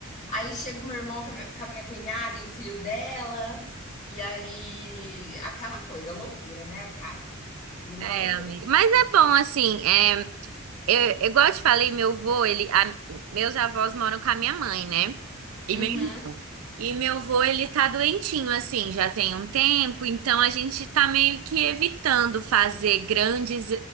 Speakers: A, on the left; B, on the right.
A: Aí chega o meu irmão com a minha, com a minha cunhada e o filho dela. E aí, aquela coisa, loucura, né? A casa. Vira
B: É,
A: uma loucura.
B: amiga. Mas é bom, assim, é, eu, igual eu te falei, meu avô, ele, a- meus avós moram com a minha mãe, né? E
A: Uhum.
B: meu irmão. E meu avô, ele tá doentinho, assim, já tem um tempo, então a gente tá meio que evitando fazer grandes,